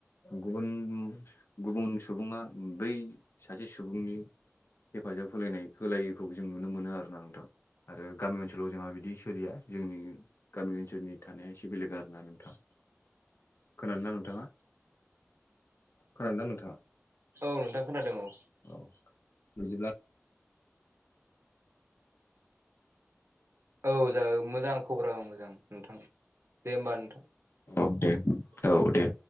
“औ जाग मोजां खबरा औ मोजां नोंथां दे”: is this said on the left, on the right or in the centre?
Right